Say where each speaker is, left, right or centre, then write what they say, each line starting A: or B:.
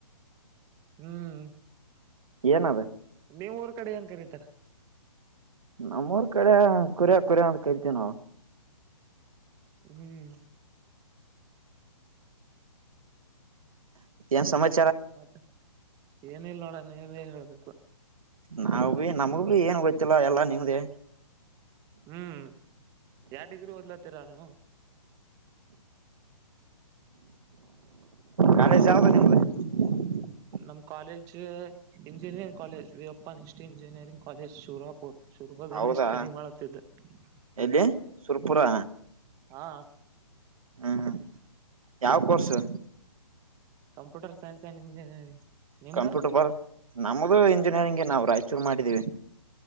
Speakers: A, on the right; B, on the right.
A: ಹ್ಮ್
B: ಏನ ಅದ
A: ನೀಮ್ಮ ಊರ್ ಕಡೆ ಏನ್ ಕರಿತಾರ
B: ನಮ್ಮೂರ್ ಕಡೆ ಕುರ್ಯ ಕುರ ಅಂತ ಕರಿತೀವಿ ನಾವು
A: ಹ್ಮ್
B: ಎನ್ ಸಮಯ
A: ಮತ್ತ ಏನಿಲ್ಲೂಣ ನೀವೇ ಹೇಳಬೇಕು
B: ನಾವ ಭಿ ನಮಗ ಭಿ ಏನ ಗೊತ್ತಿಲ್ಲ ಎಲ್ಲಾ ನಿಮ್ದೇ
A: ಹ್ಮ್ ಯಾವ್ ಡಿಗ್ರಿ ಓದ್ಲತೀರಾ ನೀವು ಹಲೋ
B: ಕಾಲೇಜ್ ಯಾವ್ದ ನಿಮ್ದ <inaudible>
A: ನಮ್ college engineering college Veerappa Nisty engineering college ಶೂರಪ್ಪ ಹ ಶುರುಪುರಲ್ಲಿ
B: ಹೌದಾ
A: ಸ್ಟಡಿ ಮಾಡತಿದ್ದ ಹೌದಾ
B: ಎಲ್ಲಿ ಸುರ್ಪುರ
A: ಹಾ
B: ಹ್ಮ್ ಹ್ಮ್ ಯಾವ course
A: computer science and engineering ನಿಮ್ದ
B: ಕಂಪ್ಯೂಟರ್ ಬ ನಮ್ಮದು ಇಂಜಿನಿಯರಿಂಗೆ ನಾವು ರಾಯಚೂರು ಮಾಡಿದೀವಿ